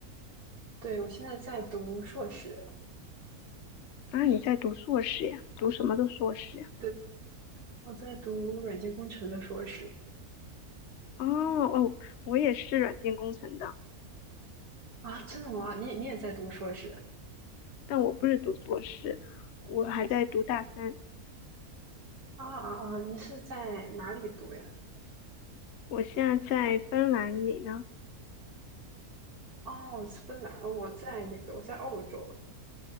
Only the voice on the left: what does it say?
啊，你在读硕士呀？读什么的硕士呀？
哦哦，我也是软件工程的，
但我不是读硕士，我还在读大三。
我现在在芬兰，里呢？